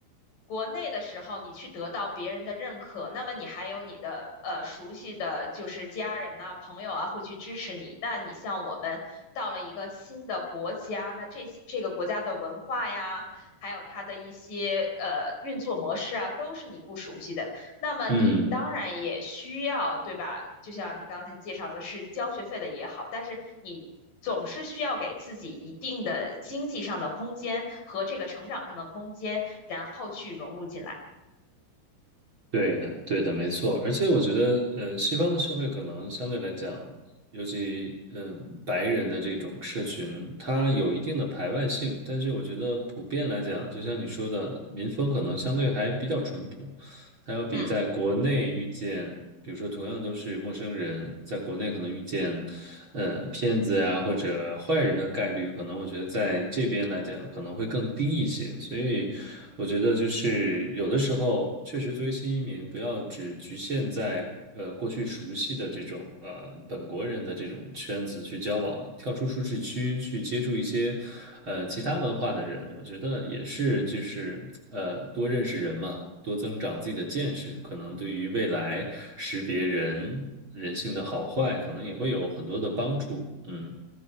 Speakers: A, on the left (about 50°); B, on the right (about 30°).
A: 国内的时候，你去得到别人的认可，那么你还有你的呃熟悉的就是家人呐、朋友啊会去支持你。那你像我们到了一个新的国家，那这些这个国家的文化呀，还有它的一些呃运作模式啊，都是你不熟悉的。那么你当然也需要，
B: 嗯。
A: 对吧？就像你刚才介绍的是交学费的也好，但是你总是需要给自己一定的经济上的空间和这个成长上的空间，然后去融入进来。
B: 对的，对的，没错。而且我觉得，嗯、西方的社会可能相对来讲，尤其嗯、白人的这种社群，它有一定的排外性。但是我觉得普遍来讲，就像你说的，民风可能相对还比较淳朴。它要比在国内遇见，
A: 嗯。
B: 比如说同样都是陌生人，在国内可能遇见。嗯，骗子呀或者坏人的概率，可能我觉得在这边来讲可能会更低一些。所以我觉得就是有的时候，确实作为新移民，不要只局限在呃过去熟悉的这种呃本国人的这种圈子去交往，跳出舒适区去接触一些呃其他文化的人，我觉得也是就是呃多认识人嘛。多增长自己的见识，可能对于未来识别人人性的好坏，可能也会有很多的帮助。嗯。